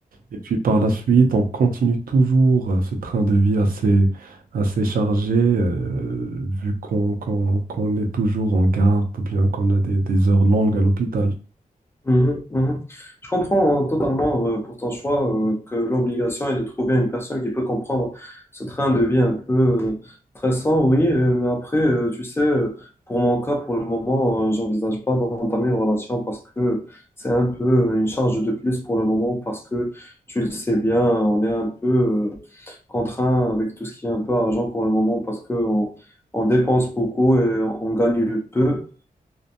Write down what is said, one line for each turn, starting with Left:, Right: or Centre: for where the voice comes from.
Right: et puis par la suite, on continue toujours euh, ce train de vie assez, assez chargé, euh, vu qu'on qu'on- qu'on est toujours en garde ou bien qu'on a des des heures longues à l'hôpital.
Left: mhm, mhm. Je comprends euh, totalement euh, pour ton choix euh, que l'obligation est de trouver une personne qui peut comprendre ce train de vie un peu euh, stressant, oui, euh, mais après, euh, tu sais, euh, pour mon cas, pour le moment, euh, j'envisage pas d'entamer une relation parce que c'est un peu euh, une charge de plus pour le moment, parce que tu le sais bien, on est un peu euh, contraint avec tout ce qui est un peu argent pour le moment, parce que on, on dépense beaucoup et on gagne peu.